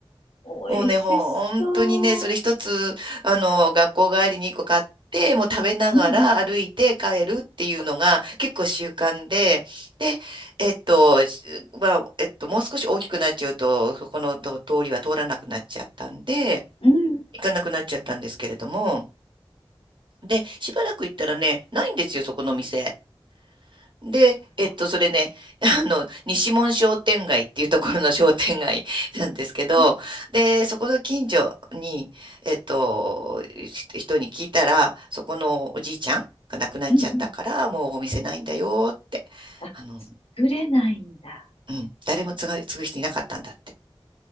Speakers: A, on the left (about 75°); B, on the right (about 55°).
A: ー、
B: もうね、
A: 美味しそう。
B: ほんとにね、それ一つ、あの、学校帰りに一個買って、もう食べながら歩いて帰るっていうのが結構習慣で、
A: うんうん
B: で、えっと、しまあ、えっと、もう少し大きくなっちゃうと、そこのと通りは通らなくなっちゃったんで、
A: うん。
B: 行かなくなっちゃったんですけれども、で、しばらく行ったらね、ないんですよ、そこの店。で、
A: あら。
B: えっと、それね、<laughs> あの、西門商店街っていうところの商店街なんですけど、
A: うん
B: で、そこの近所に、えっと、ひ人に聞いたら、そこのおじいちゃんが亡くなっちゃったから、
A: うんうん。
B: もうお店ないんだよって、
A: あ、
B: あの、
A: 触れないんだ。
B: うん、誰も継が継ぐ人いなかったんだって。